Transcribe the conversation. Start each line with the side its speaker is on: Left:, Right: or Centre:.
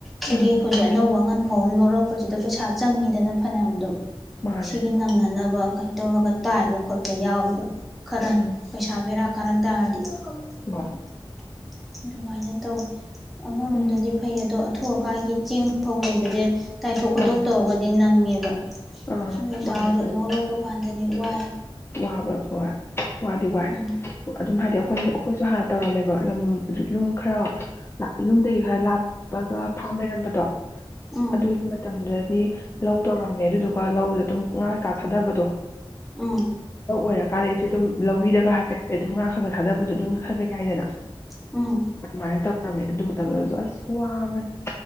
Centre: ꯁꯤꯗꯤ
Left: ꯎꯝ
Centre: ꯍꯧꯖꯤꯛ ꯑꯅꯧꯕ ꯑꯉꯟ ꯐꯥꯎ ꯑꯃ ꯂꯧꯔꯛꯄꯁꯤꯗ ꯄꯩꯁꯥ ꯆꯪꯉꯤꯗꯅ ꯐꯅꯌꯥꯝ ꯑꯗꯨꯝ
Left: ꯃꯥꯅꯦ
Centre: ꯁꯤꯒꯤ ꯅꯪꯅꯅꯕ ꯀꯩ ꯇꯧꯔꯒ ꯇꯥꯏꯕ ꯈꯣꯠꯄ ꯌꯥꯎꯋꯦꯕ ꯈꯔ
Left: ꯎꯝ
Centre: ꯄꯩꯁꯥ ꯕꯦꯔꯥ ꯀꯔꯝ ꯇꯥꯔꯗꯤ <unintelligible>
Left: ꯍꯣꯏ
Centre: ꯑꯗꯨꯃꯥꯏꯅ ꯇꯧꯏ ꯑꯃꯔꯣꯝꯗꯗꯤ
Left: ꯎꯝ
Centre: ꯐꯩ ꯑꯗꯣ ꯑꯊꯨ ꯑꯀꯥꯏꯒꯤ ꯆꯦꯡ ꯐꯧ ꯂꯩꯕꯁꯦ ꯇꯥꯏꯊꯣꯛ ꯈꯣꯠꯇꯣꯛ
Left: ꯃꯥꯅꯦ
Centre: ꯇꯧꯔꯒꯗꯤ ꯅꯪꯉꯦꯕ
Left: ꯑꯥ
Centre: ꯑꯗꯨ ꯑꯣꯏꯇꯥꯔꯁꯨ
Left: ꯃꯥꯅꯦ
Centre: ꯂꯣꯛ ꯂꯣꯛꯄ ꯃꯄꯥꯟꯗꯗꯤ ꯋꯥꯏ
Left: ꯍꯥꯕꯔ ꯍꯣꯏ ꯋꯥꯗꯤ ꯋꯥꯏ
Centre: ꯎꯝ
Left: ꯑꯗꯨꯝ ꯍꯥꯏꯗꯤ
Centre: ꯎꯝ
Left: ꯑꯩꯈꯣꯏ ꯑꯩꯈꯣꯏꯁꯨ ꯍꯥꯟꯅ ꯇꯧꯔꯝꯃꯦꯕ ꯂꯝ ꯌꯨꯝ ꯈꯔ ꯌꯨꯝꯗꯒꯤ ꯈꯔ ꯂꯥꯞꯄꯒ ꯐꯧꯅꯔꯝꯕꯗꯣ
Centre: ꯎꯝ
Left: ꯑꯗꯨꯏꯁꯨ ꯃꯇꯝ ꯗꯨꯗꯩ ꯂꯧ ꯇꯧꯔꯝꯃꯦ ꯑꯗꯨꯗꯨꯒ ꯂꯧꯗꯨꯗ ꯑꯗꯨꯝ ꯉꯥ ꯀꯩꯀꯥ ꯊꯥꯗꯕꯗꯣ
Centre: ꯎꯝ
Left: ꯂꯧ ꯑꯣꯏꯔꯀꯥꯟꯗ ꯏꯆꯦ ꯑꯗꯨꯝ ꯂꯧꯔꯤꯗꯒ ꯍꯥꯏꯐꯦ ꯍꯥꯏꯐꯦꯠ ꯑꯗꯨꯝ ꯉꯥ ꯈꯔ ꯈꯔꯒ ꯊꯥꯗꯕꯗꯣ ꯑꯗꯨꯝ ꯈꯔ ꯈ ꯌꯥꯏꯗꯅ
Centre: ꯎꯝ
Left: ꯑꯗꯨꯃꯥꯏꯅ ꯇꯧꯔꯝꯃꯦ ꯑꯗꯨ ꯃꯇꯝꯗꯨꯗꯁꯨ ꯑꯁ ꯋꯥꯕꯅꯦ